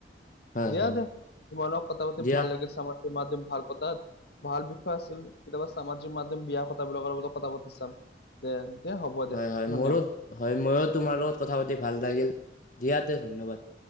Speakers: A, on the left; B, on the left.
A: হয়
B: দিয়া
A: হয়
B: দে তোমালক কথা পাতি
A: দিয়া
B: ভাল লাগিল চ <unintelligible> ভাল বিষয় আছিল কেতিয়াবা সামাজিক মাধ্যম বিয়া কথা বিলাকৰ লগত কথা পাতি চাম। তেন্তে হ'ব দে
A: হয় হয়
B: ধন্যবাদ
A: মোৰো হয় ময়ো তোমাৰ লগত কথা পাতি ভাল লাগিল দিয়াতে ধন্যবাদ